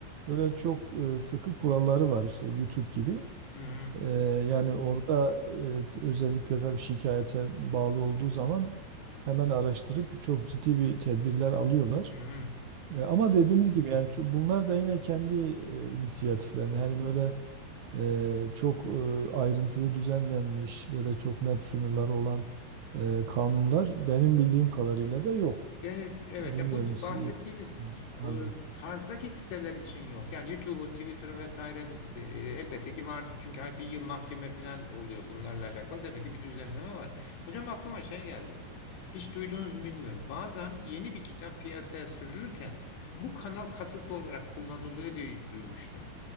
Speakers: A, on the right; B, on the left.
A: böyle çok e, sıkı kuralları var işte YouTube gibi.
B: hı.
A: Ee, yani orada e, özellikle tabii şikayete bağlı olduğu zaman hemen araştırıp çok ciddi bir tedbirler alıyorlar.
B: Hı hı.
A: E, ama dediğiniz gibi yani ço- bunlar da yine kendi e, inisiyatiflerine hani böyle e, çok e, ayrıntılı düzenlenmiş, böyle çok net sınırları olan e, kanunlar benim bildiğim kadarıyla da yok.
B: Genel, evet
A: Bilmiyorum
B: ya bu
A: siz
B: bahsettiğimiz ko-
A: var mı?
B: tarzdaki siteler için yok. Yani YouTube'un, Twitter'ın vesairenin e, elbette ki vardır. Çünkü her bir yıl mahkeme falan oluyor bunlarla alakalı. Demek ki bir düzenleme var. Hocam aklıma şey geldi. Hiç duydunuz mu bilmiyorum. Bazen yeni bir kitap piyasaya sürülürken bu kanal kasıtlı olarak kullanılıyor diye duymuştum.